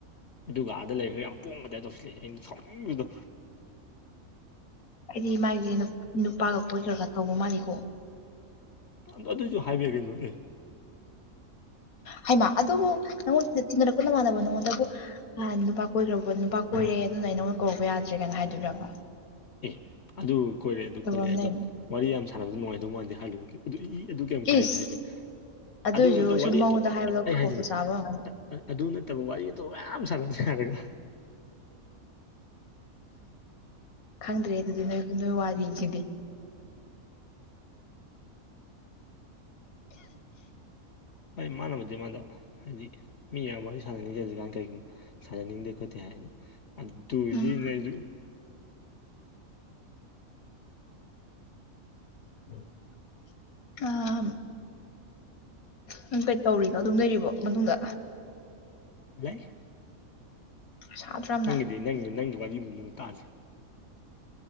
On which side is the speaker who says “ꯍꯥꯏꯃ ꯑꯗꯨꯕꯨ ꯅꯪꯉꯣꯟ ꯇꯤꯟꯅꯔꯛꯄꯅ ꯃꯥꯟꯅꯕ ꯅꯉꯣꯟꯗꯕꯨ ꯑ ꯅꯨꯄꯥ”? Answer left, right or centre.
Left